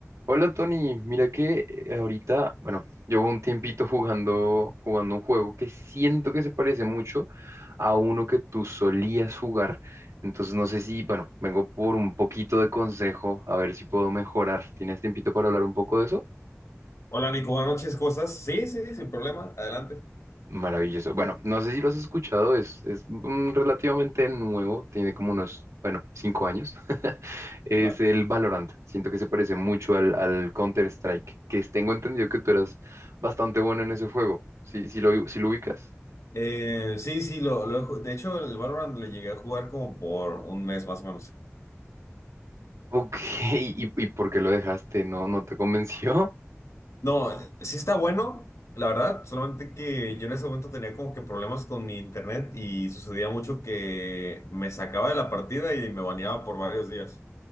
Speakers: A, on the right (about 80°); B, on the left (about 75°).
A: Hola Tony, mira que eh, ahorita, bueno, llevo un tiempito jugando, jugando un juego que siento que se parece mucho a uno que tú solías jugar. Entonces no sé si, bueno, vengo por un poquito de consejo, a ver si puedo mejorar. ¿Tienes tiempito para hablar un poco de eso?
B: Hola Nico, buenas noches, ¿cómo estás? Sí, sí, sin problema, adelante.
A: Maravilloso. Bueno, no sé si lo has escuchado, es, es mm, relativamente nuevo, tiene como unos, bueno, cinco años. <laughs> Es
B: A ver.
A: el Valorant. Siento que se parece mucho al, al Counter-Strike, que tengo entendido que tú eras bastante bueno en ese juego. ¿Sí, sí lo, sí lo ubicas?
B: Eh, sí, sí, lo, lo he ju- de hecho el Valorant lo llegué a jugar como por un mes más o menos.
A: Ok, <laughs> ¿y, y por qué lo dejaste? ¿No, no te convenció?
B: No, sí está bueno, la verdad, solamente que yo en ese momento tenía como que problemas con mi internet y sucedía mucho que me sacaba de la partida y me baneaba por varios días.